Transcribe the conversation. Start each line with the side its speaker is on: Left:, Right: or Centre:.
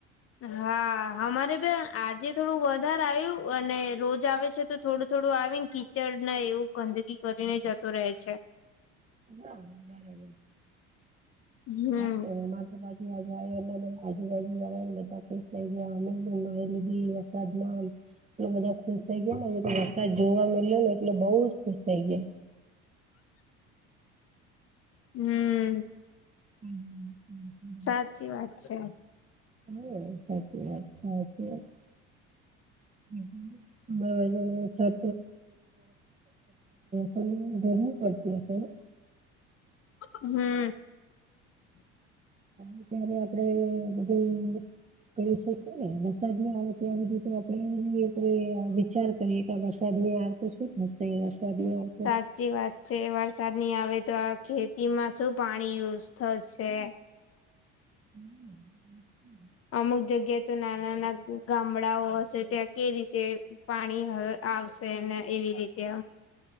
Left: હા અમારે બેન આજે થોડું વધારે આવ્યું અને રોજ આવે છે તો થોડું થોડું આવીન કીચડ ને એવું ગંદકી કરીને જતો રહે છે.
Right: <unintelligible> આવે
Left: હમ
Right: છે અમાર <unintelligible> આજુબાજુ વાળા હેને ખુશ થઈ ગયા હોય <unintelligible> બાદમાં અંત એ બધા ખુશ થઈ ગયા તો વરસાદ જોવા મળ્યોને એટલે બઉ જ ખુશ થઈ ગયા.
Left: હમ્મ.
Right: <unintelligible>
Left: સાચી વાત છે.
Right: હમ્મ સાચી વાત સાચી વાત <unintelligible> <unintelligible> પરેશાન થતા ગરમી પડતી હશે નઈ
Left: હમ્મ.
Right: ત્યારે આપડે બધું <unintelligible> વરસાદ નહી આવે ત્યાં સુધી તો આપડે વિચાર કરીએ. વરસાદ નહી આવતો શું થશે વરસાદ નહી આવ
Left: સાચી વાત છે વ વરસાદ ની આવે તો આ ખેતી માં શું પાણી યુઝ થશે.
Right: <inaudible>
Left: અમુક જગ્યાએ તો નાના નાના ગામડા ડાઓ હશે ત્યાં કે રીતે પાણી આવશે ને એવી રીતે